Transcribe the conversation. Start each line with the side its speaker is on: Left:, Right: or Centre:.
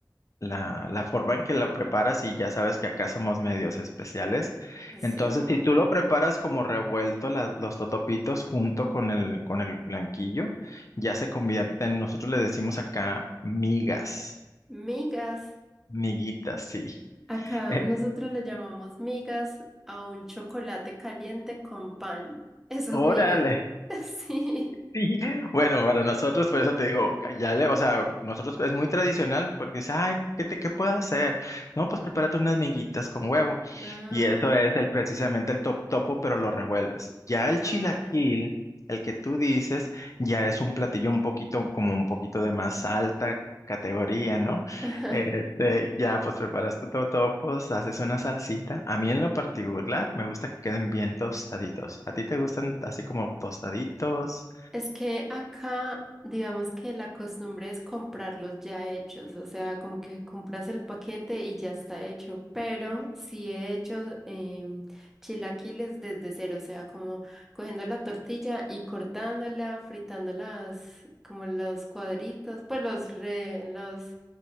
Left: la, la forma en que lo preparas y ya sabes que acá somos medios especiales.
Centre: Sí.
Left: Entonces, si tú lo preparas como revuelto, la- los totopitos junto con el, con el blanquillo, ya se convierten, nosotros le decimos acá migas,
Centre: Migas.
Left: miguitas, sí.
Centre: Acá
Left: <laughs> Eh,
Centre: nosotros le llamamos migas a un chocolate caliente con pan. Esas
Left: Órale.
Centre: migas. <laughs> Sí.
Left: Sí, bueno, para nosotros, por eso te digo, ya le, o sea, nosotros es muy tradicional porque dice, ay, ¿qué te, qué puedo hacer? No, pues prepárate unas miguitas con huevo.
Centre: Ah,
Left: Y eso es el precisamente el top, topo, pero lo revuelves. Ya el
Centre: ah,
Left: chilaquil,
Centre: ya.
Left: el que tú dices, ya es un platillo un poquito, como un poquito de más alta categoría, ¿no?
Centre: <laughs>
Left: Este, ya pues preparas tu totopos, haces una salsita. A mí en lo particular me gusta que queden bien tostaditos. ¿A ti te gustan así como tostaditos?
Centre: Es que acá, digamos que la costumbre es comprarlos ya hechos, o sea, como que compras el paquete y ya está hecho, pero sí he hecho em, chilaquiles desde cero, o sea, como cogiendo la tortilla y cortándola, fritando las, como los cuadritos, pues los, re- los,